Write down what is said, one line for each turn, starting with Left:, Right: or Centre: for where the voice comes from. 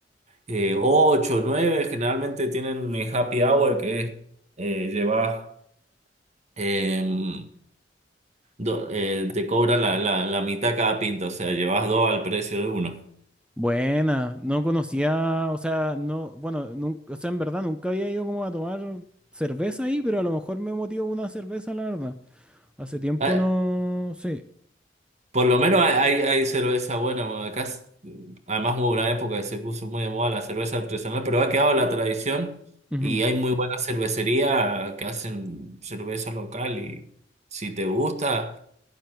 Right: eh, 8 o 9, generalmente tienen eh, happy hour, que es eh, llevas, em, do- eh, te cobran la, la, la mitad cada pinta, o sea, llevas dos al precio de uno.
Centre: Buena, no conocía, o sea, no, bueno, nunca, o sea, en verdad nunca había ido como a tomar cerveza ahí, pero a lo mejor me motivo una cerveza, la verdad. Hace tiempo
Right: Ah,
Centre: no, sí.
Right: Por lo menos hay, hay, cerveza buena. Acá, s- además hubo una época que se puso muy de moda la cerveza artesanal, pero ha quedado la tradición
Centre: Ujú.
Right: y hay muy buena cervecería que hacen cerveza local y si te gusta,